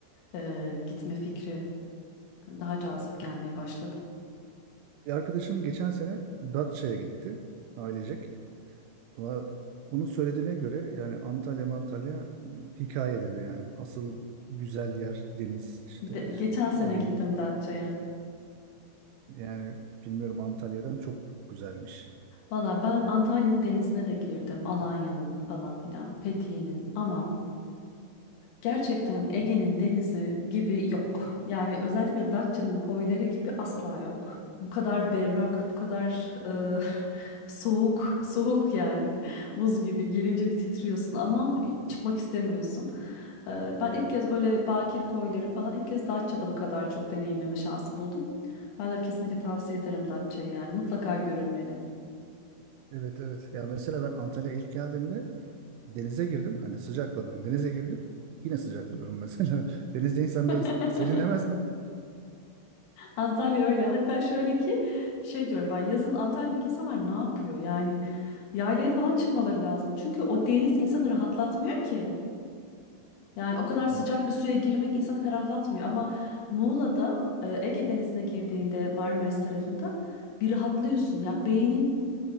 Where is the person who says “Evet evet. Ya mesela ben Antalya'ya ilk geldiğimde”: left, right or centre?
Right